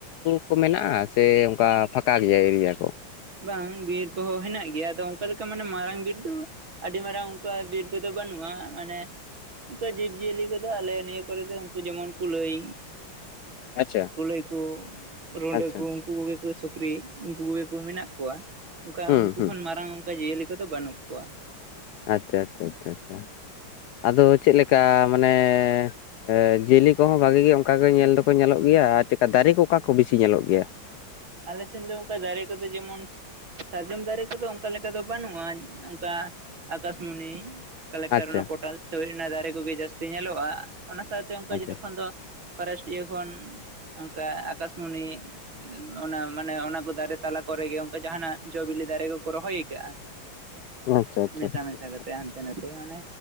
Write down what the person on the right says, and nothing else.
ᱵᱟᱝ ᱵᱤᱨ ᱠᱚᱦᱚᱸ ᱦᱮᱸᱱᱟᱜ ᱜᱮᱭᱟ ᱟᱫᱚ ᱚᱱᱠᱟ ᱞᱮᱠᱟ ᱢᱟᱱᱮ ᱢᱟᱨᱟᱝ ᱵᱤᱨ ᱫᱚ ᱟᱹᱰᱤ ᱢᱟᱨᱟᱝ ᱚᱱᱠᱟ ᱵᱤᱨ ᱠᱚᱫᱚ ᱵᱟᱹᱱᱩᱜᱼᱟ ᱢᱟᱱᱮ ᱩᱱᱠᱩ ᱡᱤᱵᱽ ᱡᱤᱭᱟᱹᱞᱤ ᱠᱚᱫᱚ ᱟᱞᱮ ᱱᱤᱭᱟᱹ ᱠᱚᱨᱮ ᱫᱚ ᱩᱱᱠᱩ ᱡᱮᱢᱚᱱ ᱠᱩᱞᱟᱹᱭ
ᱠᱩᱞᱟᱹᱭ ᱠᱩ ᱨᱩᱸᱰᱟᱹ
ᱠᱩ ᱠᱩᱜᱮ ᱠᱚ ᱥᱩᱠᱨᱤ ᱩᱱᱠᱩ ᱠᱚᱜᱮ ᱠᱚ ᱢᱮᱱᱟᱜ ᱠᱚᱣᱟ ᱚᱱᱠᱟ
ᱩᱱᱠᱩ
ᱠᱷᱚᱱ ᱢᱟᱨᱟᱝ ᱚᱱᱠᱟ ᱡᱤᱭᱟᱹᱞᱤ ᱠᱚᱫᱚ ᱵᱟᱹᱱᱩᱜ ᱠᱚᱣᱟ᱾
ᱟᱞᱮ ᱥᱮᱱ ᱫᱚ ᱚᱱᱠᱟ ᱫᱟᱨᱮ ᱠᱚᱫᱚ ᱡᱮᱢᱚᱱ ᱥᱟᱨᱡᱚᱢ ᱫᱟᱨᱮ ᱠᱚᱫᱚ ᱚᱱᱠᱟ ᱞᱮᱠᱟ ᱫᱚ ᱵᱟᱹᱱᱩᱜᱼᱟ ᱚᱱᱠᱟ ᱟᱠᱟᱥᱵᱩᱱᱤ ᱠᱟᱞᱮᱠᱴᱟᱨ
ᱚᱱᱟ ᱯᱚᱴᱟᱥ ᱦᱳᱭ ᱚᱱᱟ ᱫᱟᱨᱮ ᱠᱚᱜᱮ ᱡᱟᱹᱥᱛᱤ ᱧᱮᱞᱚᱜᱼᱟ ᱚᱱᱟ ᱥᱟᱣᱛᱮ ᱚᱱᱠᱟ
ᱡᱚᱠᱷᱚᱱ ᱫᱚ ᱯᱷᱚᱨᱮᱥᱴ ᱤᱭᱟᱹ ᱠᱷᱚᱱ ᱚᱱᱠᱟ ᱟᱠᱟᱥᱵᱩᱱᱤ ᱚᱱᱟ ᱢᱟᱱᱮ ᱚᱱᱟ ᱠᱚ ᱫᱟᱨᱮ ᱛᱟᱞᱟ ᱠᱚᱨᱮᱜᱮ ᱚᱱᱠᱟ ᱡᱟᱦᱟᱸᱱᱟᱜ ᱡᱚ ᱵᱤᱞᱤ ᱫᱟᱨᱮ ᱠᱚᱠᱚ ᱨᱚᱦᱚᱭ ᱠᱟᱜᱼᱟ᱾
ᱢᱮᱥᱟ
ᱢᱮᱥᱟ ᱠᱟᱛᱮ ᱦᱟᱱᱛᱮ ᱱᱟᱛᱮ ᱢᱟᱱᱮ